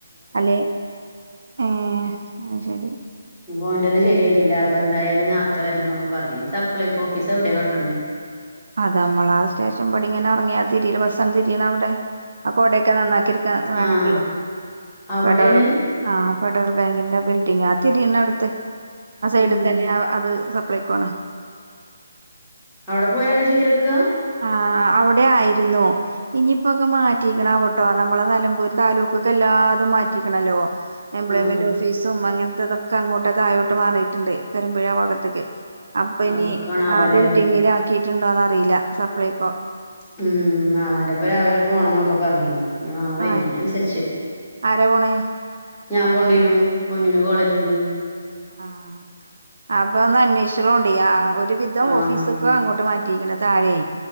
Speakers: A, on the right; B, in the centre.
A: അല്ലെ. ഏഹ് അഅ് ശരി
B: പോ ഒന്റത് ശരിയായിട്ടില്ല. അപ്പന്താ യാലും നേർത്തെ വരണം ന്നൊക്കെ പർഞ്ഞീനി. സപ്ലൈ ക്കൊ ഓഫീസ് എവ്ടെ കെടക്ക്ണ്.
A: അതമ്മള ആ സ്റ്റേഷൻ പ്പടി ങ്ങനെ എർങ്ങിയാ തിരിയിലെ. ബസ്സൺ തിരിണ അവ്ടെ. ആ കൊടേക്കെ നന്നാക്കിട് <unintelligible> വേ
B: ആഹ്
A: ണ്ടട്ടീല.
B: അവിടേണ്
A: വേണ്ട വ്‌ടെ ആഹ്. ഫെഡറൽ ബാങ്കിന്റെ ബിൽഡിംഗ്. ആ തിരീണെട്ത്ത്. അ സൈഡ്
B: ആഹ്
A: തന്നെ. അവ് അത് സപ്ലൈകോ ആണ്.
B: അവ്ടെ പോയാണ് ശെരിയാക്കാ.
A: ആഹ്. അവ്ടെ ആയിരുന്നു. ഇനിയിപ്പോക്കൊ മാറ്റീക്കണാവോട്ടോ. നമ്മളെ നെലമ്പൂര് താലൂക്കൊക്കെ എല്ലാതും മാറ്റിക്കണല്ലോ. എംപ്ലോയ്മെന്റ്
B: ആഹ്
A: ഓഫീസും അങ്ങൻത്തെതൊക്കെ അങ്ങോട്ട് താഴോട്ട് മാറീട്ട്ണ്ട്. കരുമ്പുഴ ഭാഗത്ത്ക്ക്. അപ്പൊ ഇനി
B: അവ്ക്കാണാവല്ലേ
A: ആ ബിൽഡിങ്ങില് ആക്കിയിട്ടുണ്ടോന്ന് അറീല. സപ്ലൈ ക്കൊ.
B: ഉം. മാമാന്റെ ഒപ്പം രാവിലെ പോണംന്നൊക്കെ പറഞ്ഞീനി. ഞ്ഞാ മാമാ വെര്ണീനൻസര്ച്ച്.
A: ആ ആരാ പോണ്?
B: ഞാപോണ്ട്യേരും. പൊന്നൂന് കോളേജ് ണ്ട്.
A: ആഹ്. അപ്പൊ ഒന്ന് അന്വേഷ്യളൂണ്ടി. ആഹ് ആഹ് ഒര് ഒര് വിധം
B: ആഹ്
A: ഓഫീസ് ഒക്കെ അങ്ങോട്ട് മാറ്റിയിക്കണ് താഴേ.